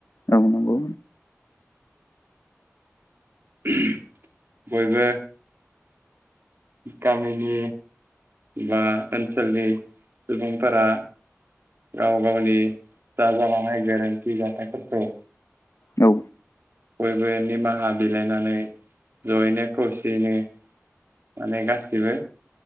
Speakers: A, on the left (about 70°); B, on the right (about 45°).
A: औ नंगौ
B: <unintelligible> बयबो गामिनि बा ओनसोलनि सुबुंफोरा गाव गावनि जाजालांनाय गोरोनथि जाथायफोरखौ
A: औ
B: बयबो निमाहा बिलाइनानै जयैनो खौसेयैनो माने गासिबो